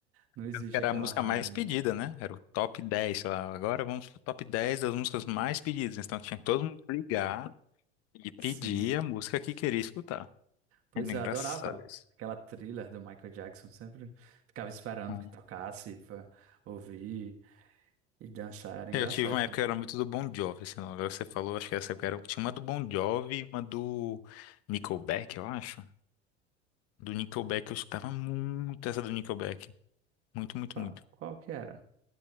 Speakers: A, on the right (about 45°); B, on the left (about 50°).
A: Não existe
B: Tanto que Era
A: aquela
B: a música
A: rádio.
B: mais pedida, né? Era o top dez sei lá. Agora vamos pro top 10 das músicas mais pedidas. Então tinha que todo mundo ligar e pedir
A: Sim.
B: a música que queria escutar.
A: Pois
B: Era engraçado
A: é, eu adorava
B: isso.
A: aquela thriller do Michael Jackson. Sempre ficava esperando
B: Hum.
A: que tocasse pra ouvir e dançar. Era engraçado.
B: Eu tive uma época que era muito do Bon Jovi, assim, agora você falou, acho que essa época era... Tinha uma do Bon Jovi e uma do Nickelback, eu acho. Do Nickelback eu escutava muito essa do Nickelback. Muito, muito,
A: Qual,
B: muito.
A: qual que era?